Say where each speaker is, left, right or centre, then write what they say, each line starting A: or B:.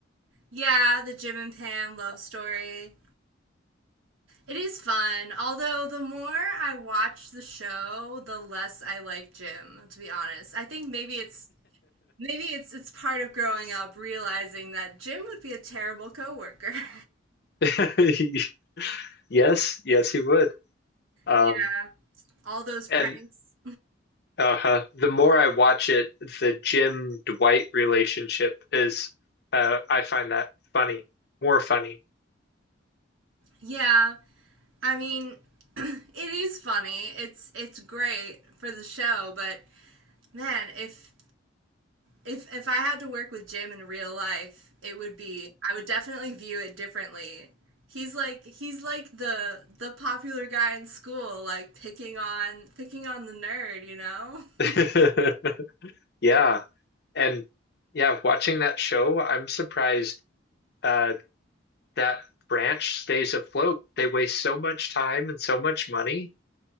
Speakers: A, on the right (about 80°); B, on the left (about 55°).
A: Yeah, the Jim and Pam love story. It is fun, although the more I watch the show, the less I like Jim, to be honest. I think maybe it's maybe it's it's part of growing up realizing that Jim would be a terrible coworker. <laughs>
B: <laughs> Yes, yes, he would. Um,
A: Yeah, all those pranks.
B: and uh, the more I watch it, the Jim Dwight relationship is uh, I find that funny, more funny.
A: Yeah. I mean, <clears throat> it is funny. It's it's great for the show, but man, if if if I had to work with Jim in real life, it would be I would definitely view it differently. He's like he's like the the popular guy in school, like picking on picking on the nerd, you know?
B: <laughs>
A: <laughs>
B: Yeah, and yeah, watching that show, I'm surprised. uh that branch stays afloat. They waste so much time and so much money.